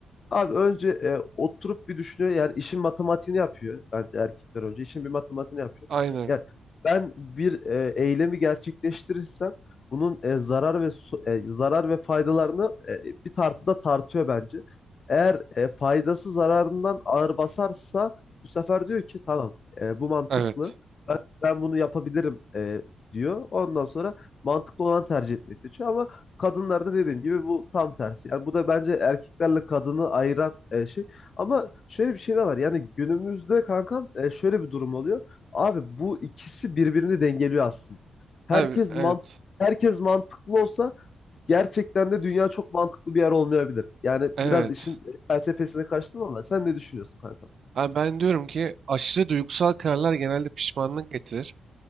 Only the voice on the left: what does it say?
Abi önce e, oturup bir düşünüyor. Yani işin matematiğini yapıyor bence erkekler önce. işin bir matematiğini yapıyor.
Yani ben bir e, eylemi gerçekleştirirsem bunun e, zarar ve so- e, zarar ve faydalarını e, bir tartıda tartıyor bence. Eğer e, faydası zararından ağır basarsa bu sefer diyor ki tamam e, bu mantıklı
ben bunu yapabilirim e, diyor. Ondan sonra mantıklı olan tercih etmeyi seçiyor ama kadınlarda dediğim gibi bu tam tersi. Yani bu da bence erkeklerle kadını ayıran e, şey. Ama şöyle bir şey de var. Yani günümüzde kankam e, şöyle bir durum oluyor. Abi bu ikisi birbirini dengeliyor aslında. Herkes
mant herkes mantıklı olsa gerçekten de dünya çok mantıklı bir yer olmayabilir. Yani
biraz işin e, felsefesine kaçtım ama sen ne düşünüyorsun kankam?